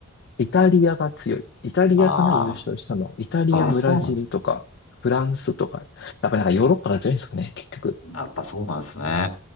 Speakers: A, on the left; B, on the left.
A: イタリアが強い。イタリアかな、
B: あ
A: 優勝したの。イタリア、
B: あ、ああ、
A: ブラジルとか、
B: そうなんです。
A: フランスとか。やっぱなんかヨーロッパが強いんですかね、結局。
B: やっぱそうなんですね。